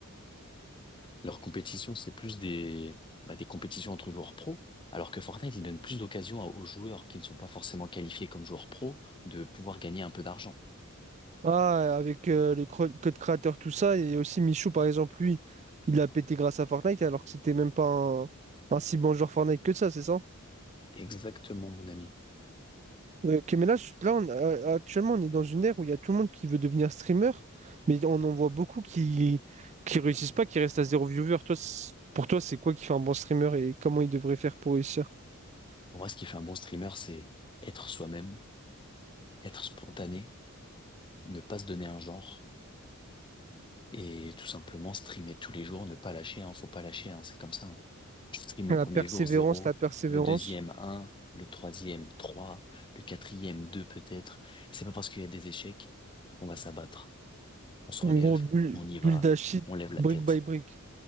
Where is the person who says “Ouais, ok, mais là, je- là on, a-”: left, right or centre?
Right